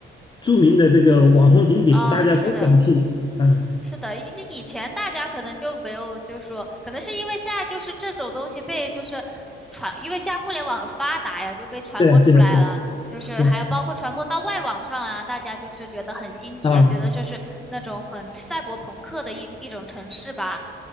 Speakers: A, on the left (about 25°); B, in the centre.
A: 著名的这个网红景点，
B: 呃，
A: 大家都想去，
B: 是的。
A: 嗯。
B: 是的，以以前大家可能就没有，就是说，可能是因为现在就是这种东西被就是传，因为现在互联网很发达呀，就被传播出来了，
A: 对啊，对啊，对啊
B: 就是还有包括传播到外网上啊，
A: 对
B: 大家就是觉得很新奇啊，
A: 啊
B: 觉得就是那种很赛博朋克的一一种城市吧。